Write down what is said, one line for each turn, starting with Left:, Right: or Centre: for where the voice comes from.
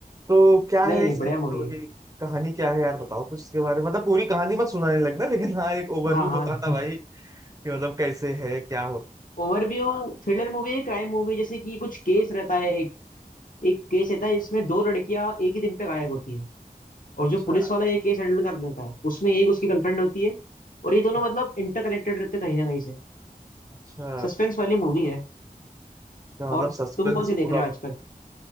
Right: तो क्या
Left: नहीं
Right: है
Left: नहीं
Right: इसकी
Left: बढ़िया
Right: स्टोरी
Left: मूवी है
Right: कहानी क्या है यार बताओ कुछ इसके बारे में मतलब पूरी कहानी मत सुनाने लगना लेकिन हाँ एक ओवरव्यू
Left: हाँ हाँ
Right: बताना भाई
Left: <laughs>
Right: कि मतलब कैसे है क्या होता
Left: ओवरव्यू थ्रिलर मूवी है क्राइम मूवी जैसे कि कुछ केस रहता है एक एक केस रहता है इसमें दो लड़कियां एक ही दिन पे गायब होती है और
Right: अच्छा
Left: जो पुलिस वाला ये केस हैंडल कर देता है उसमें एक उसकी गर्लफ्रेंड होती है और ये दोनों
Right: हाँ,
Left: मतलब इंटरकनेक्टेड रहते हैं कहीं ना कहीं से
Right: अच्छा
Left: सस्पेंस वाली मूवी है
Right: तो मतलब
Left: और
Right: सस्पेंस
Left: तुम कौन सी देख
Right: पूरा
Left: रहे हो आजकल